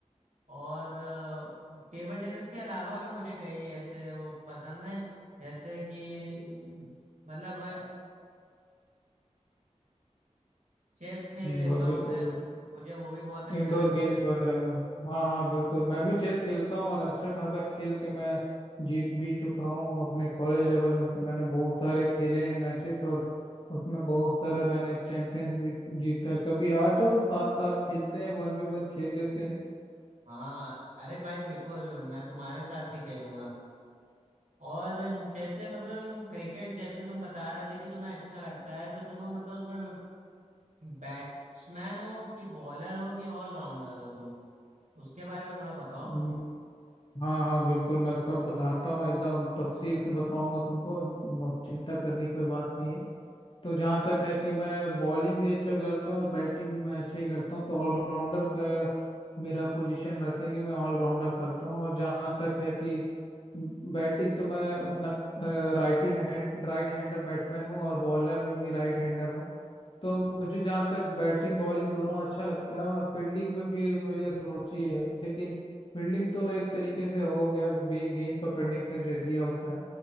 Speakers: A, on the right; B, on the left.
A: और टेबल टेनिस के अलावा भी मुझे कई ऐसे वो पसंद हैं जैसे कि अम, मतलब चेस खेल लेता
B: ब-
A: हूँ
B: बिल्कुल
A: मैं
B: बिल्कुल
A: मुझे वो भी बहुत अच्छा
B: इंडोर
A: लगता
B: गेम्स
A: है
B: वगैरह में हाँ हाँ बिल्कुल मैं भी चेस खेलता हूँ और अच्छा खासा खेल के मैं जीत भी चुका हूँ अपने कॉलेज लेवल में तो मैंने बहुत सारे खेले हैं मैचेस और उसमें बहुत सारे मैंने चैंपियंस भी जीता है कभी आ जाओ साथ साथ खेलते हैं वन वी वन खेल लेते हैं
A: हाँ अरे भाई बिल्कुल मैं तुम्हारे साथ भी खेलूंगा और जैसे मतलब क्रिकेट जैसे तुम बता रहे थे कि तुम्हें अच्छा लगता है तो तुम्हें मतलब उसमें बैट्समैन हो कि बॉलर हो कि ऑलराउंडर हो तुम उसके बारे में थोड़ा बताओ
B: हम्म, हाँ हाँ बिल्कुल मैं सब बताता हूँ एकदम तफसील से बताऊंगा तुमको म- चिंता करने की कोई बात नहीं है तो जहाँ तक है कि मैं बॉलिंग भी अच्छा करता हूँ और बैटिंग भी मैं अच्छा ही करता हूँ तो ऑलराउंडर का मेरा पोजीशन रहता है कि मैं ऑलराउंडर करता हूँ और जहाँ तक है कि बैटिंग तो मैं उतना righty hand right hander batsman हूँ और बॉलर में भी राइट हैंडर हूँ तो मुझे जहाँ तक बैटिंग बॉलिंग दोनों अच्छा लगता है और फील्डिंग में भी मुझे रुचि है लेकिन फील्डिंग तो एक तरीके से हो गया बे गेंद पकड़ने का जरिया होता है